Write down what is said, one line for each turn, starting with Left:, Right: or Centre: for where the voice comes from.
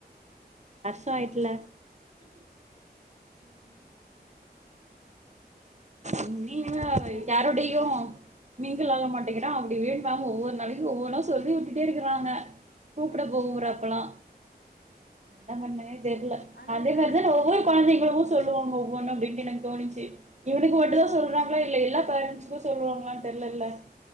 Right: தோ ஆயிட்ல உம்
Left: இன்னும் ஹோம்
Right: யாரோடயு மிங்கில் ஆக மாட்டேங்கிறா அப்டி <unintelligible> மேம்மு ஒவ்வொரு நாளைக்கு ஒவ்வொன்னா சொல்லி உட்டுட்டே இருக்கிறாங்க கூப்ட போகுறப்பலா என்ன பண்ணணே தெர்ல
Left: ஆனா
Right: அதே
Left: என்னன்னா
Right: மாரிதானே
Left: இவங்களுக்கு
Right: ஒவ்வொரு கொழந்தைங்களும் தொ சொல்லுவாங்க ஒவ்வொன்னு அப்டின்டு எனக்கு தோணிச்சு இவனுக்கு மட்டுதா
Left: ஆமா.
Right: சொல்றாங்ளா இல்ல எல்லா ப்ரெண்ட்ஸ் சு சொல்லுவாங்களானு தெர்லலே